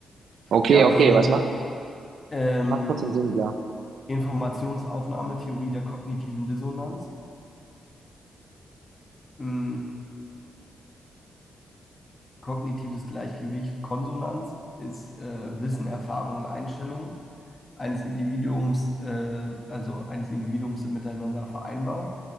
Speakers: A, on the right; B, on the left.
A: Okay,
B: Ja,
A: okay,
B: dann
A: was macht,
B: ähm,
A: macht trotzdem Sinn, klar.
B: Informationsaufnahmetheorie der kognitiven Dissonanz. Mm, Kognitives Gleichgewicht, Konsonanz ist äh, Wissen, Erfahrung, Einstellung eines Individuums, äh, also eines Individuums sind miteinander vereinbar.